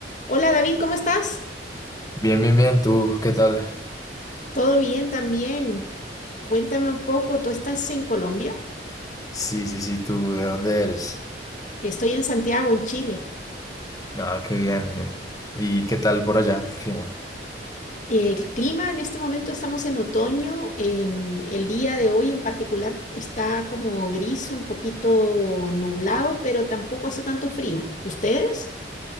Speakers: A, on the left (about 45°); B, on the left (about 20°).
A: Hola David, ¿cómo estás?
B: Bien, bien, bien. ¿Tú qué tal?
A: Todo bien también. Cuéntame un poco, ¿tú estás en Colombia?
B: Sí, sí, sí. ¿Tú de dónde eres?
A: Estoy en Santiago, en Chile.
B: Ah, qué bien. eh. ¿Y qué tal por allá el clima?
A: El clima en este momento estamos en otoño. em, el día de hoy en particular está como gris, un poquito nublado, pero tampoco hace tanto frío. ¿Ustedes?